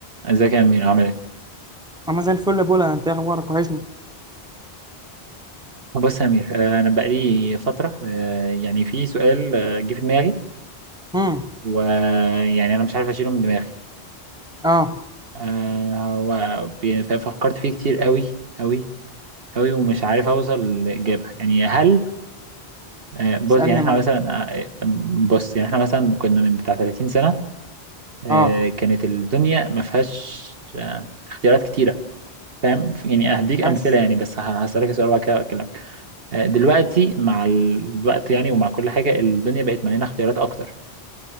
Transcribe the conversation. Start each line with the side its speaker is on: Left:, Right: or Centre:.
Right: ازيك يا امير عامل ايه
Centre: انا زي الفل يا بولا انت إيه اخبارك وحشني
Right: بص يا امير آه، انا بقالي فتره آه، يعني في سؤال آه، جه في دماغي
Centre: امم
Right: ويعني انا مش عارف اشيله من دماغي
Centre: اه
Right: آه، وب- ففكرت فيه كتير قوي قوي قوي ومش عارف اوصل لاجابه يعني هل آه، بص
Centre: اسالني
Right: يعني
Centre: يا
Right: احنا
Centre: معلم
Right: مثلا آه، آه، بص يعني احنا مثلا كنا من بتاع 30 سنه آه،
Centre: اه
Right: كانت الدنيا ما فيهاش آه، اختيارات كتيره فاهم يعني هديك امثله
Centre: عايز
Right: يعني بس ه- هسالك سؤال وبعد كده اكلمك آه، دلوقتي مع الوقت يعني ومع كل حاجة الدنيا بقت مليانة اختيارات أكتر